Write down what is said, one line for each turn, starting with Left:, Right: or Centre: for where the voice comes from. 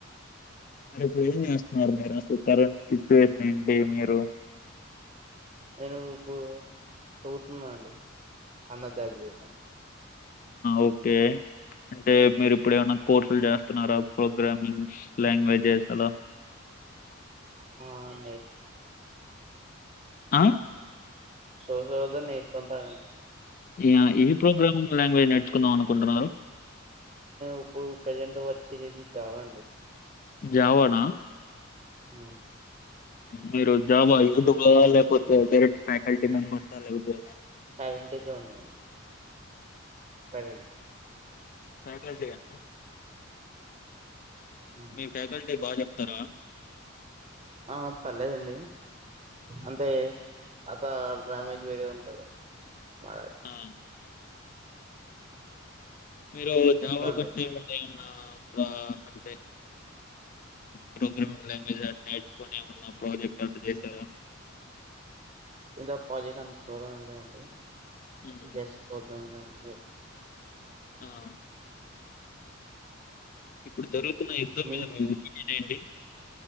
Left: మరి ఇప్పుడు ఏం చేస్తున్నారు మీరు అసలు కరెంట్ సిచ్యువేషన్ ఏంటి మీరు,
Right: నేను ఇప్పుడు చదువుతున్నా అండి, అండర్ గ్రాడ్యుయేషన్,
Left: ఓకే అంటే మీరు ఇప్పుడు ఏమైనా కోర్సులు చేస్తున్నారా ప్రోగ్రామింగ్స్ లాంగ్వేజెస్ అలా,
Right: హ అండి
Left: ఆ
Right: సో సోలోగా నేర్చుకుంట అండి
Left: ఇయా ఈ ప్రోగ్రామ్ ని లాంగ్వేజ్ నేర్చుకుందాం అనుకుంటున్నారు,
Right: ఇప్పుడు ప్రజెంట్ వచ్చేది జావా
Left: జావనా
Right: హ
Left: మీరు జాబ యూట్యూబ్ లేకపోతే డైరెక్ట్ ఫ్యాకల్టీ మెంబర్స్ లేకాపోతే
Right: ఫ్యాకల్టీ తోనే ఉన్నాండి, సరే
Left: ఫ్యాకల్టీగానా
Right: హ్మ్.
Left: మీ ఫ్యాకల్టీ బాధ త్తర
Right: ఆ పర్లేదండి
Left: హ్మ్.
Right: అంతే అద డమేజ్ వేరే ఉంటది మ
Left: ఆ! మీరు జావా
Right: దాని
Left: కంటే
Right: గురించి
Left: ఉంటే అ అంటే ప్రోగ్రామింగ్ లాంగ్వేజ్ అ నేర్చుకొని ఏమన్నా ప్రాజెక్ట్ అట్ట చేసారా
Right: ఇంత ప్రాజెక్ట్ అంత దూరం వెళ్ళదండి
Left: హ్మ్.
Right: జస్ట్ ప్రోగ్రామ్ మీదనే ఉనే
Left: అవు ఇప్పుడు జరుగుతున్న యుద్ధం
Right: మీ
Left: మీద మి ఒపీనియన్ ఏంటి